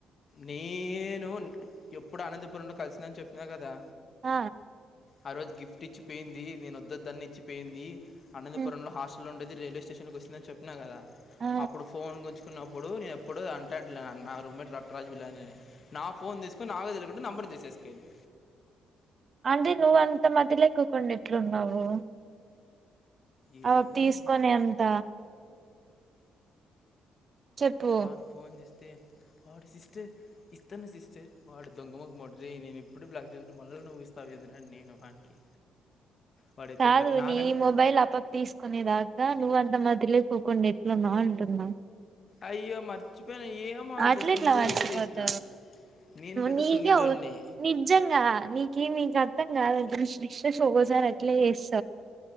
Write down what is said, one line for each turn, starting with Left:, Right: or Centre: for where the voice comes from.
Left: నేను ఎప్పుడు అనంతపురంలో కలిసినని చెప్పినా కదా
Right: ఆ
Left: ఆ రోజు గిఫ్ట్ ఇచ్చిపోయింది నేను వద్ద దాన్ని ఇచ్చిపోయింది అనంతపురం
Right: హ్మ్.
Left: లో హాస్టల్ ఉండేది రైల్వే స్టేషన్ కు వస్తుందని చెప్పిన కదా
Right: ఆ
Left: అప్పుడు ఫోన్ గుంచుకున్నప్పుడు ఇప్పుడు నేను ఎప్పుడు అంటా నా రూమ్ేట్ రట్టరాజుళ నా ఫోన్ తీసుకుని నాకు తె అ నంబర్ చేసేసుకడి
Right: అంటే నువ్ అంత మధ్యలో ఎకుకుం ఇట్లున్నావు
Left: ఏందో
Right: అ తీసుకొని
Left: లేని
Right: ఎంత చెప్పు
Left: పని ఫోన్ చేస్తే వాడు సిస్టర్ ఇస్తున్న సిస్టర్ వాడు దొంగమకు మట నేను ఎప్పుడు బ్లాక్ చేదు మళ్ళీ నువ్వు ఇస్తావ చెందిన నేను వానికి వాడైతే
Right: చదు
Left: భ- నాకన్
Right: నీ ఈ మొబైల్ అప్ప్ తీసుకునిదాకా నువ్వ అంత మత్రలే క్క కొన్ని ఎట్ల నా ఉంటుంద
Left: అయ్యో మర్చిపోయిన ఏమో అంత
Right: ఆట్లేట్లా
Left: సొగిలిగా
Right: వా
Left: ఇచ్చేసిన
Right: చుపోత్త
Left: నేను పెద్ద
Right: నీకే
Left: సొగిల్లోని
Right: నిజంగా నీకే నీకు అర్థంగాృష విేషోగోజార్ అట్ల ఏస్